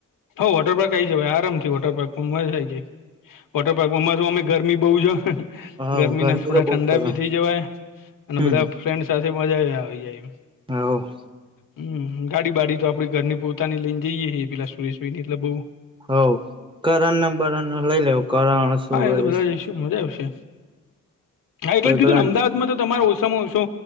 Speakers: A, on the left; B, on the right.
A: હ વોટર પાર્ક આવી જવાય આરામથી વોટર પારકમાં મજા આવી જાય વોટર પાર્કમાં પાશુ અમે ગરમી બોવ જો
B: હવ
A: ગરમી ના થોડા
B: તો બહુ
A: ઠંડા
B: પડે
A: બી થઈ જવાય અને
B: હમ
A: બધા ફ્રેન્ડ સાથે મજા જ આવી જાય એમ
B: હ એવું
A: હમ ગાડી બાડી તો આપડી ઘરની પોતાની લઈને જઈએે પેલા સુરેશભાઈ ને એટલે બોવ
B: હો કરણના બર લઈ લેવું કરણ સુરેશ
A: હા એ તો બધા જઈશું મજા આવશે હા એટલે
B: પહી
A: કીધું
B: પેલા
A: ને અમદાવાદ તો તમારો ઓછામાં ઓછો